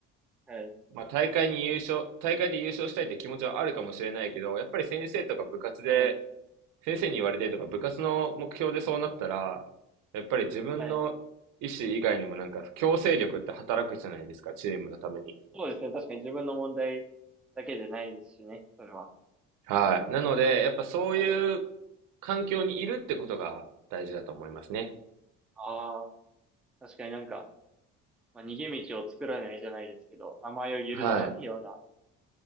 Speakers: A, in the centre; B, on the right.
A: はい。
B: まあ大会に優勝、大会で優勝したいって気持ちはあるかもしれないけど、やっぱり先生とか部活で、
A: はい。
B: 先生に言われてとか部活の目標でそうなったら、やっぱり自分の意思以外にもなんか強制力って働くじゃないですか、
A: はい。
B: チームのために。
A: そうですね。確かに自分の問題だけじゃないですしね、それは。
B: はい。なので、やっぱそういう
A: はい。うん
B: 環境にいるってことが大事だと思いますね。
A: ああ、確かになんか、まあ、逃げ道を作らないじゃないですけど、甘えを許さないような
B: はい。